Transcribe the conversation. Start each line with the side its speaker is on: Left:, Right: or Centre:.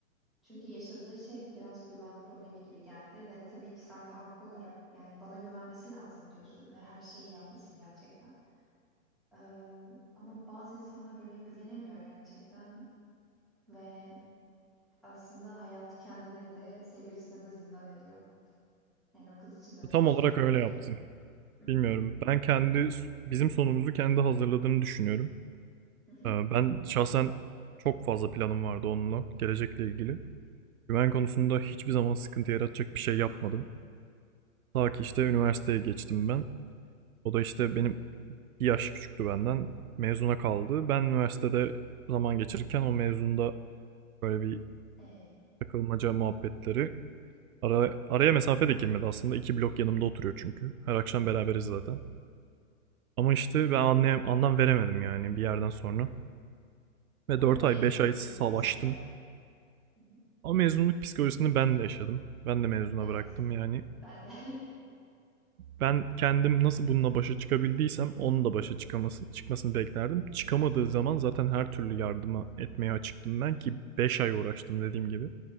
Centre: Çünkü yaşadığı şey biraz güven problemi gibi geldi ve tabii ki sen de haklı olarak yani bana güvenmesi lazım diyorsun ve her şeyi yapmışsın gerçekten. Ee, ama bazı insanlar böyle güvenemiyor gerçekten ve aslında hayatı kendine de sevgilisine de zindan ediyor. Yani o kız için de çok
Right: Tam
Centre: zordur
Right: olarak
Centre: eminim.
Right: öyle yaptı.
Centre: Hı hı,
Right: Bilmiyorum. Ben kendi bizim sonumuzu kendi hazırladığını düşünüyorum.
Centre: hı hı.
Right: Ee, Ben şahsen çok fazla planım vardı onunla, gelecekle ilgili. Güven konusunda hiçbir zaman sıkıntı yaratacak bir şey yapmadım. Ta ki işte üniversiteye geçtim ben. O da işte benim bir yaş küçüktü benden. Mezuna kaldı. Ben üniversitede zaman geçirirken o mezunda böyle bir
Centre: Ee,
Right: takılmaca muhabbetleri. Ara, araya mesafe de girmedi aslında. İki blok yanımda oturuyor çünkü. Her akşam beraberiz zaten. Ama işte
Centre: hı hı.
Right: ben anlayam, anlam veremedim yani bir yerden sonra. Ve
Centre: Ama
Right: 4
Centre: o mezunluk
Right: ay 5 ay savaştım.
Centre: psikolojisi de. Hı hı.
Right: Ama mezunluk psikolojisini ben de yaşadım. Ben de mezuna
Centre: Evet,
Right: bıraktım yani.
Centre: ben de. <laughs>
Right: Ben kendim nasıl bununla başa çıkabildiysem onun da başa çıkamasını, çıkmasını beklerdim. Çıkamadığı zaman zaten her türlü yardıma etmeye açıktım ben ki 5 ay uğraştım dediğim gibi.